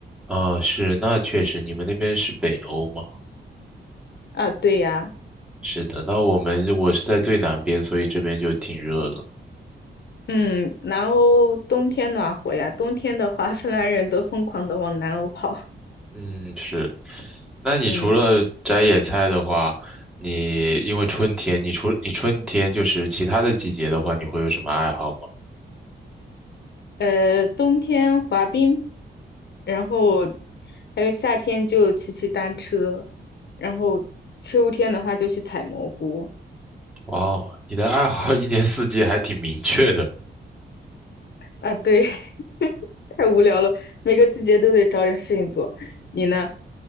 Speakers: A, in the centre; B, on the left (about 65°).
A: 啊，是，那确实，你们那边是北欧吗？
B: 啊，对呀，
A: 是的，那我们我是在最南边，所以这边就挺热了。
B: 嗯，南欧冬天暖和呀，冬天的话，芬兰人都疯狂的往南欧跑，
A: 嗯，是。那你除了摘野菜的话，
B: 嗯，
A: 你因为春天，你除你春天就是其他的季节的话，你会有什么爱好吗？
B: 呃，冬天滑冰，然后还有夏天就骑骑单车，然后秋天的话就去采蘑菇
A: 哇哦，你的爱好 <laughs> 一年四季还挺明确的。
B: 啊，对，<laughs> 太无聊了，每个季节都得找点事情做。你呢？